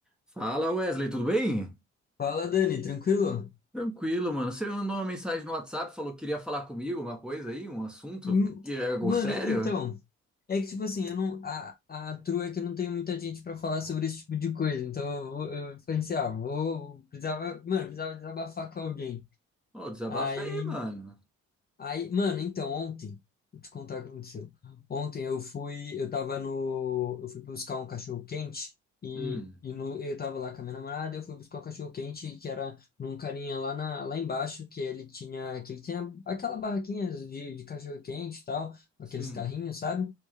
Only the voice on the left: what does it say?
Fala, Dani, tranquilo?
Hum,
Mano,
então, é que tipo assim, eu não, a, a true é que eu não tenho muita gente pra falar sobre esse tipo de coisa, então eu, vou- eu pensei, ah, vou, precisava, mano, precisava desabafar com alguém.
Aí
Aí, mano, então, ontem, vou te contar o que aconteceu. Ontem eu fui, eu tava no, eu fui buscar um cachorro quente e,
e no, eu tava lá com a minha namorada, eu fui buscar um cachorro quente que era num carinha lá na, lá embaixo que ele tinha, que ele tinha aquela barraquinha de, de cachorro quente e tal, aqueles
carrinhos, sabe?